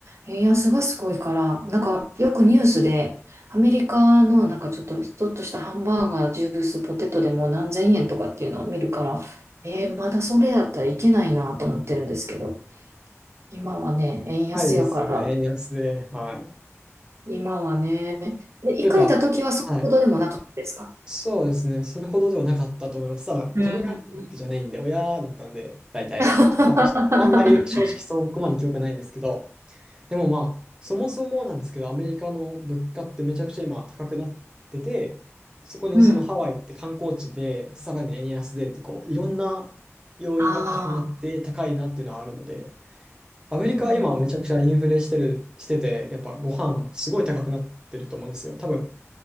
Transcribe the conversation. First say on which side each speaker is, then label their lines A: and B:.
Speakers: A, on the right; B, on the right.
A: 円安がすごいから、なんかよくニュースで、アメリカのなんかちょっと、ちょっとしたハンバーガー、ジュース、ポテトでも何千円とかっていうのを見るから、えー、まだそれだったらいけないなと思ってるんですけど。今はね、円安やから、
B: はいですよね、円安で。はい。
A: 今はね、で、
B: というか、
A: 行かれた時はそれほどでもなかったですか
B: はい。そうですね、それほどではなかったと思います。ただ、
A: うん。
B: 自分が入ったわけじゃないんで、親だったんで、大体。
A: <laughs>
B: まあ、ちあんまり正直そこまで記憶はないんですけど、でもまあ、そもそもなんですけど、アメリカの物価ってめちゃくちゃ今高くなってて、そこにそのハワイって観光地で、
A: うん。
B: さらに円安でってこう、いろんな要因が重なって高いなっていうのはあるので、
A: ああ、
B: アメリカは今めちゃくちゃインフレしてる、
A: うん、
B: してて、やっぱご飯もすごい高くなってると思うんですよ。多分、